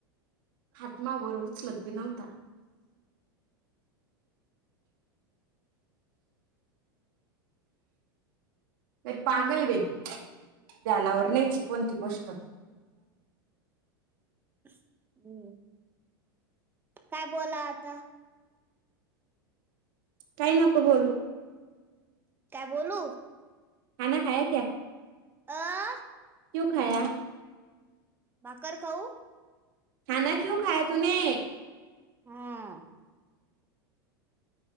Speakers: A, on the right (about 65°); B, on the right (about 15°).
A: हातमावर उचलत बी नव्हता तर पागल बेटी ध्यानावर नाहीची कोणती गोष्ट
B: हम्म काय बोला आता
A: काही नको बोलू
B: काय बोलू
A: खाना खाया क्या
B: आं
A: क्यू खाया
B: भाकर खाऊ
A: खाना क्यू खाय तूने
B: हा